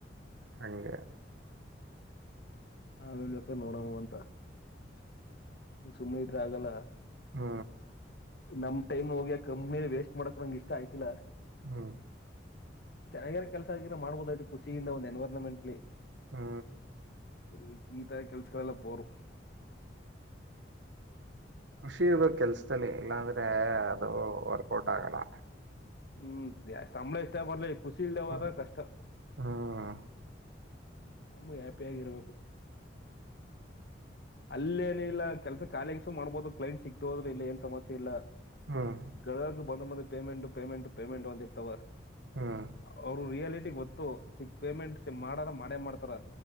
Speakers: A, on the right; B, on the left.
A: ಹಂಗಾ
B: ಹ ಹೇಳೇಳ್ಬೇಕ ನೋಡಮ್ಮ ಅಂತ ಸುಮ್ಮನೆ ಇದ್ರೆ ಆಗಲ್ಲ
A: ಹ್ಮ
B: ನಮ್ ಟೈಮ್ ಹೋಗಿ ಕಂನಿ ವೇಸ್ಟ್ ಮಾಡಕ ನಂಗ ಇಷ್ಟ ಆಯ್ತಿಾ
A: ಹ್ಮ
B: ಚೆನ್ನಾಗ ಕೆಲಸ ಆಗಿದ್ರೆ ಮಾಡ್ಬೋದ ಆ್ತು ಖುಷಿಯಿಂದ ಒ್ ಎನ್ವರನ್ಮೆಂಟ್ಲಿ
A: ಹಾ
B: ಈ ಈತ ಕೆಲ್ಸಗಳಲ್ಲ ಬೋರು
A: ಖುಷಿ ಇರ್ಬೇಕ ಕೆಲ್ಸದಲ್ಲಿ ಇಲ್ಲಾಂದ್ರೆ ಅದು ವರ್ಕೌಟ್ ಆಗಲ್ಲ
B: ಹ್ಮ್ ಸಂಬಳ ಇಷ್ಟ ಪಡ್ಲ ಖುಷಿ ಇಲ್ದವರ
A: ಹ್ಮ್
B: ಕಷ್ಟ
A: ಹ್ಮ್
B: ನಮೂ ಹ್ಯಾಪಿಿಯಾಗಿರ್ಬೇಕು ಅಲ್ಲೇನ ಇಿಲ್ಲ ಕೆಲ್ಸಾಲಿಂಗಸ ಮಾಡ್ಬೋದು ಕ್ಲೈಂಟ್ ಸಿಗ್ತ ಹೋದ್ರರು ಇಲ್ಲಿ ಏನ್ ಸಮಸ್ಯೆ ಇಲ್ಲ
A: ಹ್ಮ್
B: ಗಕ ಬಂದ್ ಬಂದ ಪೇಮೆಂಟ್ ಪೇಮೆಂಟ್ ಪೇಮೆಂಟ್ ಒಂದಿರ್ತವ
A: ಹ್ಮ್
B: ಅವರು ರಿಯಾಲಿಟಿ ಗೊತ್ತು ಸಿಗ್ ಪೇಮೆಂಟ್ ಸಿ ಮಾಡಾರ ಮಾಡೇ ಮಾಡ್ತಾರ